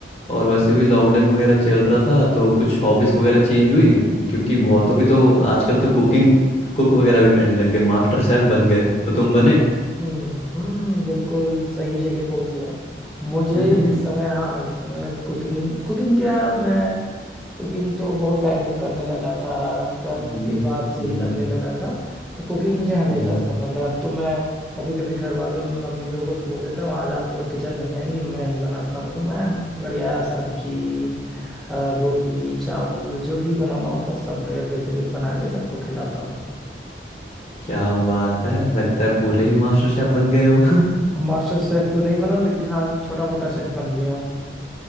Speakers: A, on the left; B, in the centre.
A: और वैसे भी लॉकडाउन वगैरह चल रहा था तो कुछ हॉबीज वगैरह चेंज हुई क्योंकि बहुतों की तो आजकल तो कुकिंग कुक वगैरह भी करने लग गए मास्टर शेफ बन गए तो तुम बने
B: हम्म हम्म बिल्कुल सही जगह पहुंच गए मुझे
A: <laughs>
B: इस समय हाँ इस समय कुकिंग कुकिंग क्या मैं कुकिंग तो बहुत टाइम से करने लगा था ट्वेल्थ
A: हम्म
B: के बाद से
A: हम्म
B: ही करने लगा था तो कुकिंग मुझे हमेशा
A: हम्म,
B: से पसंद है अब तो मैं कभी कभी घर वालों मम्मी लोगों से बोल देता हूँ आज आप लोग किचन नहीं आएंगे मैं ही बनाता हूँ तो मैं बढ़िया सब्जी अ, रोटी चावल जो भी बनाना होता सब बढ़िया बेहतरीन बना के सबको खिलाता हूँ
A: क्या बात है लगता है पूरे ही मास्टर शेफ बन गए हो
B: अब मास्टर शेफ तो नहीं बना हूँ, लेकिन हाँ छोटा मोटा शेफ बन गया हूँ